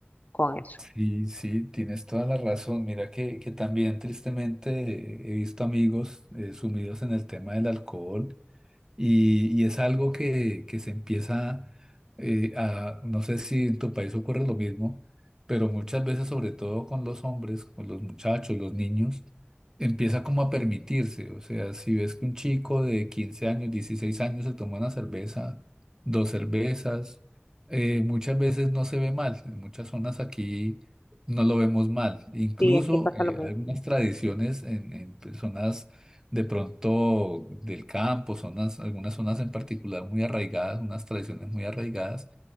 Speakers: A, on the left; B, on the right.
A: con eso.
B: sí, sí, tienes toda la razón. Mira que, que también tristemente eh, he visto amigos eh, sumidos en el tema del alcohol Y, y es algo que, que se empieza eh, a, no sé si en tu país ocurre lo mismo, pero muchas veces, sobre todo con los hombres, con los muchachos, los niños, empieza como a permitirse. O sea, si ves que un chico de 15 años, 16 años se toma una cerveza, dos cervezas, eh, muchas veces no se ve mal. En muchas zonas aquí no lo vemos mal. Incluso
A: Sí, aquí pasa lo
B: eh,
A: mismo.
B: algunas tradiciones en, en personas de pronto del campo, zonas, algunas zonas en particular muy arraigadas, unas tradiciones muy arraigadas